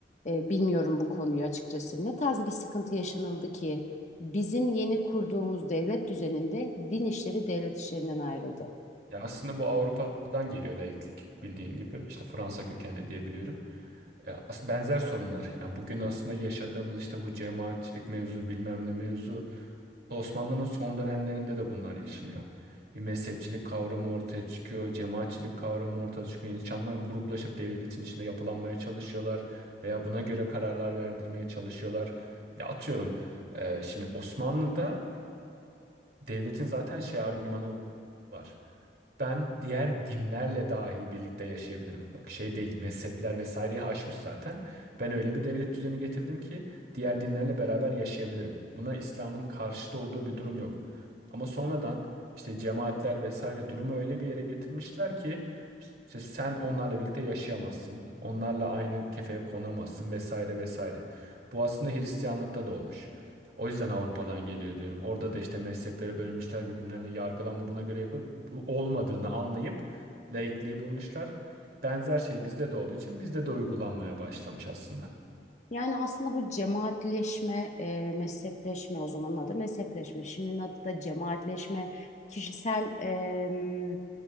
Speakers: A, on the left (about 40°); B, on the right (about 60°).
A: E, bilmiyorum bu konuyu açıkçası. Ne tarz bir sıkıntı yaşanıldı ki bizim yeni kurduğumuz devlet düzeninde din işleri devlet işlerinden ayrıldı?
B: Ya aslında bu Avrupa'dan geliyor laiklik bildiğin gibi. İşte Fransa kökenli diyebiliyorum. E, as- benzer sorunlar. Yani bugün aslında yaşadığımız işte bu cemaatçilik mevzu bilmem ne mevzu Osmanlı'nın son dönemlerinde de bunlar yaşanıyor. Bir mezhepçilik kavramı ortaya çıkıyor, cemaatçilik kavramı ortaya çıkıyor. İnsanlar gruplaşıp devletin içinde yapılanmaya çalışıyorlar veya buna göre kararlar verdirmeye çalışıyorlar. Ya atıyorum, e, şimdi Osmanlı'da devletin zaten şey argümanı var ben diğer dinlerle dahi birlikte yaşayabilirim. Bak şey değil, mezhepler vesaireyi aşmış zaten. Ben öyle bir devlet düzeni getirdim ki diğer dinlerle beraber yaşayabilirim. Buna İslam'ın karşıtı olduğu bir durum yok. Ama sonradan işte cemaatler vesaire durumu öyle bir yere getirmişler ki işte sen onlarla birlikte yaşayamazsın. Onlarla aynı kefeye konamazsın vesaire vesaire. Bu aslında Hristiyanlıkta da olmuş. O yüzden Avrupa'dan geliyor diyorum. Orada da işte mezheplere bölünmüşler birbirlerine yargılanma buna göre yapıp bu olmadığını anlayıp laikliği bulmuşlar. Benzer şey bizde de olduğu için bizde de uygulanmaya başlamış aslında.
A: Yani aslında bu cemaatleşme, e, mezhepleşme o zamanın adı mezhepleşme. Şimdinin adı da cemaatleşme, kişisel em,